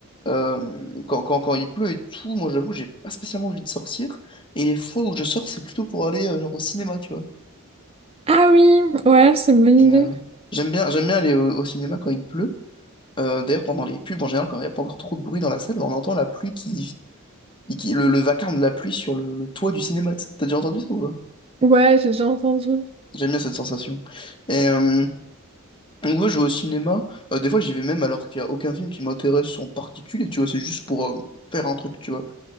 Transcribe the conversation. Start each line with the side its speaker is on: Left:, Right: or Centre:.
Left: Euh, quand, quand, quand il pleut et tout, moi, j'avoue, j'ai pas spécialement envie de sortir. Et les fois où je sors, c'est plutôt pour aller, euh, genre, au cinéma, tu vois.
Right: Ah oui, ouais, c'est une bonne
Left: Et,
Right: idée.
Left: euh, j'aime bien, j'aime bien aller au au cinéma quand il pleut. Euh, d'ailleurs, pendant les pubs, en général, quand il n'y a pas encore trop de bruit dans la salle, on entend la pluie qui... qui- le, le vacarme de la pluie sur le, le toit du cinéma. tu sais. T'as déjà entendu ça ou pas?
Right: Ouais, j'ai déjà entendu.
Left: J'aime bien cette sensation. Et euh, donc, ouais, je vais au cinéma. Euh, des fois, j'y vais même alors qu'il n'y a aucun film qui m'intéresse en particulier, tu vois. C'est juste pour euh, faire un truc, tu vois.